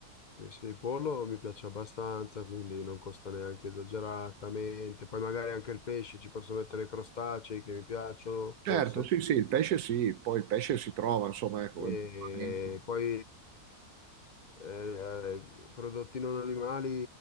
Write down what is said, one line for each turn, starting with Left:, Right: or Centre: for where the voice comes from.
Left: Sì, sì, il pollo mi piace abbastanza, quindi non costa neanche esageratamente. Poi magari anche il pesce, ci posso mettere crostacei che mi piacciono, forse.
Right: Certo, sì, sì, il pesce sì, poi il pesce si trova, insomma, ecco.
Left: E
Right: è un momento.
Left: poi eh, prodotti non animali,